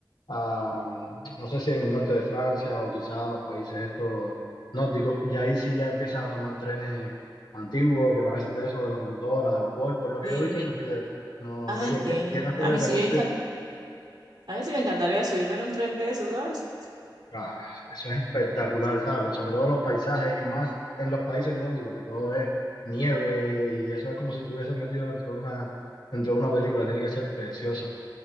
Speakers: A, on the left; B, on the right.
A: a, mm, no sé si en el norte de Francia o quizá a los países estos nórdicos, y ahí sí ya empiezas a tomar trenes antiguos que parecen de eso, de locomotora, de vapor, por lo que
B: Sí.
A: yo he visto en los videos. No
B: Ay,
A: te digo,
B: qué genio.
A: que hacer
B: A
A: el
B: mí sí
A: recorrido.
B: me encanta, a mí sí me encantaría subirme en un tren de esos, ¿sabes?
A: Ah, eso es espectacular, ¿sabes? Sobre todo los paisajes y más en los países nórdicos, que todo es nieve y eso es como si estuvieses metido dentro de una, dentro de una película, tiene que ser precioso.